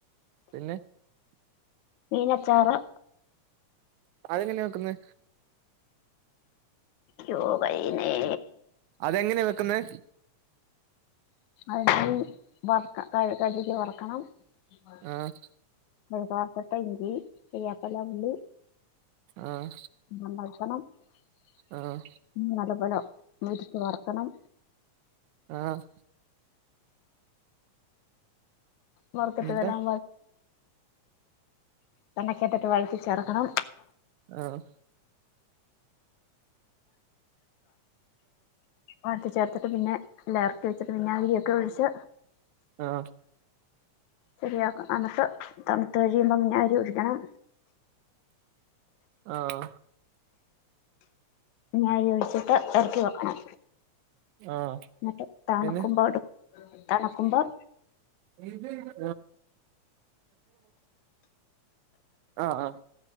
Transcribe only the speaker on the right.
പിന്നെ
അതെങ്ങനെയ വെക്കുന്നെ?
അതെങ്ങനെയാ വെക്കുന്നെ?
ആഹ്
ആഹ്
ആഹ്
ആഹ്
എന്നിട്ട്
ആഹ്
ആഹ്
ആഹ്
ആഹ്
പിന്നെ
ആഹ് ആഹ് ആഹ്